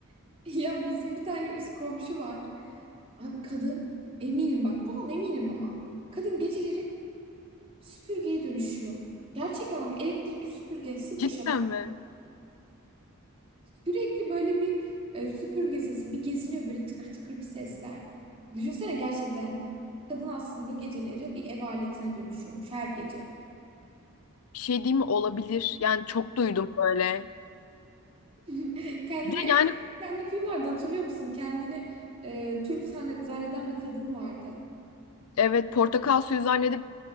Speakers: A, on the right; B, on the left.
A: <laughs> Ya bizim bir tane üst komşu var. Abi kadın eminim bak bundan eminim ama. Kadın geceleri süpürgeye dönüşüyor. Gerçekten bak elektrikli süpürge sıfır
B: Cidden
A: şaka. <laughs>
B: mi?
A: Sürekli böyle bir e, süpürge sesi bir geziniyor böyle tıkır tıkır bir sesler. Düşünsene gerçekten kadın aslında geceleri bir ev aletine dönüşüyormuş her gece.
B: Bir şey diyeyim mi? Olabilir. Yani çok duydum böyle.
A: <laughs> Kendini
B: Bir de
A: bir
B: yani
A: tane film vardı hatırlıyor musun? Kendini e, turp zanne- zanneden bir kadın vardı.
B: evet portakal suyu zannedip